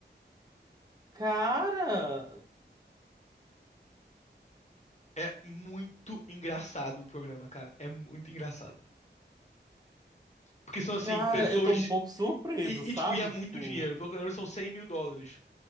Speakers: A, on the right; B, on the left.
A: Cara.
B: É muito engraçado o programa, cara. É muito engraçado. Porque são, assim,
A: Cara,
B: pessoas
A: eu tô um pouco surpreso,
B: E,
A: sabe?
B: e, tipo, e é muito
A: Tipo,
B: dinheiro. Pelo que eu lembro, são 100 mil dólares.